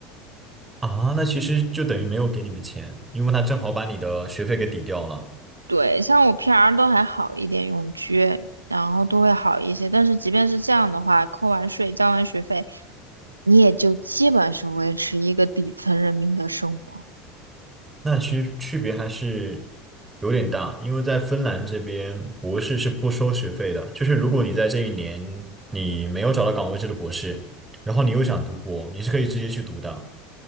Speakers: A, on the right; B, on the right.
A: 啊。那其实就等于没有给你们钱，因为他正好把你的学费给抵掉了。
B: 对，像我 PR 都还好一点，永居，然后都会好一些。但是即便是这样的话，扣完税、交完学费，你也就基本是维持一个底层人民的生活。
A: 那其实区别还是有点大，因为在芬兰这边博士是不收学费的，就是如果你在这一年你没有找到岗位制的博士，然后你又想读博，你是可以直接去读的。